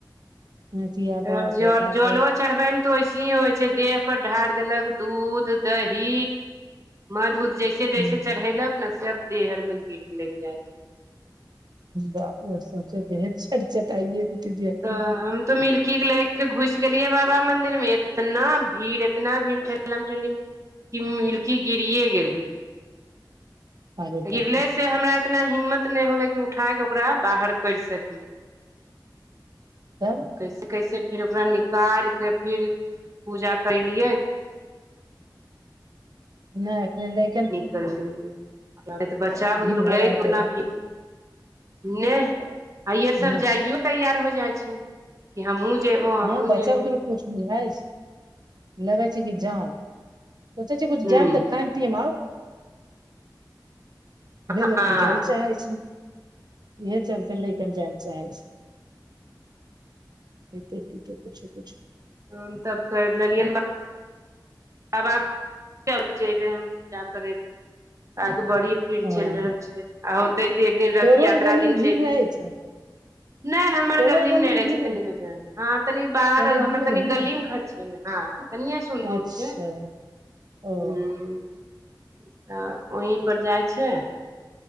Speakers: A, on the right; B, on the right.
A: <unintelligible>
B: और जल जलो चढ़बै मे तो वैसे ही होइ छै देह पर ढार देलक दूध दही मध उध जैसे जेसे जैसे
A: हूँ
B: चढ़ेलक न सब देह आर में गिर लग जाइ छै
A: बाप रे सौसे देहे चट चटए जेतै देह पर
B: तऽ हम तऽ मिलकी केँ लै केँ घुस गेलियै बाबा मंदिर में इतना भीड़ एतना भीड़ फेर ठेलम ठेली कि मिलकी गिरिए गेलै
A: अरे
B: गिरले
A: बाप रे बाप
B: से हमरा इतना हिम्मत नै होलै कि उठाय कऽ ओकरा बाहर कैर सकी
A: तब
B: कैसे कैसे फिर ओकरा निकैल केँ फिर पूजा कैलियै
A: नै एखने नै
B: निकएलै नै तऽ बच्चा बुतरु
A: भीड़ भाड़ा
B: लैक ओना
A: जगह
B: भीड़ नेह आइअर सभ
A: नहि
B: जाइयो तैयार हो जाइ छै। कि हमहूँ जयबौ हमहूँ
A: हँ बच्चा
B: जयबौ
A: बुतरुक कुछ बुझाइ छै लगै छै कि जाम सोचै छि कुछ
B: हूँ
A: जेब तऽ खायम उहे
B: हँ
A: लऽके उ जैले चाहैल छै <unintelligible> इहे चलते लइकन जाय ले चाहै छै। खैतै पीतै कुछु कुछु
B: हाँ तब करि लेलियै न बात बाबाक <unintelligible> जेबै हम पूजा करे ल आज बड़ी भीड़
A: हँ
B: चलि रहल छै आ होते तऽ एक दिन रथ
A: तोरो
B: यात्रा
A: आर गली
B: दिन
A: मे भीड़
B: जेबै
A: रहै छै
B: नय हमर
A: तोरो
B: गलीमे
A: आर गली
B: नय
A: मे
B: रहै
A: भीड़
B: छै तनी बजार मे तनि बाहर
A: तनी
B: हमर
A: दूर
B: तनि
A: मे ने
B: गलीमे घर हाँ कनिये सून दूर
A: अच्छा
B: छै
A: ओ
B: हँ ओहीं पर जाइ छै